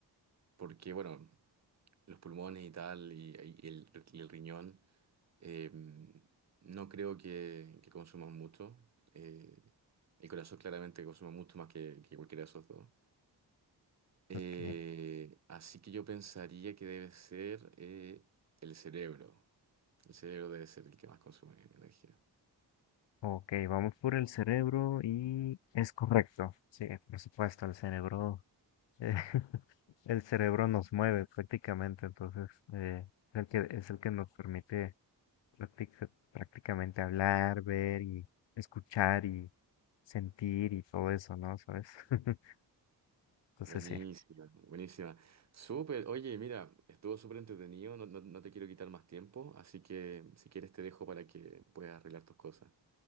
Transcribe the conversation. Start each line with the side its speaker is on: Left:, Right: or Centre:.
Right: porque, bueno, los pulmones y tal, y, y el, y el riñón, eh, no creo que, que consuman mucho. Eh, el corazón claramente consume mucho más que, que cualquiera de esos dos. Eh,
Left: ok.
Right: así que yo pensaría que debe ser eh, el cerebro. El cerebro debe ser el que más consume energía.
Left: Ok, vamos por el cerebro y es correcto. Sí, por supuesto, el cerebro, eh, <laughs> el cerebro nos mueve prácticamente, entonces eh, es el que, es el que nos permite práctica- prácticamente hablar, ver y escuchar y sentir y todo eso, ¿no? ¿Sabes? <laughs> Entonces
Right: Buenísima,
Left: sí.
Right: buenísima. Súper, oye, mira, estuvo súper entretenido, no, no, no te quiero quitar más tiempo, así que si quieres te dejo para que puedas arreglar tus cosas.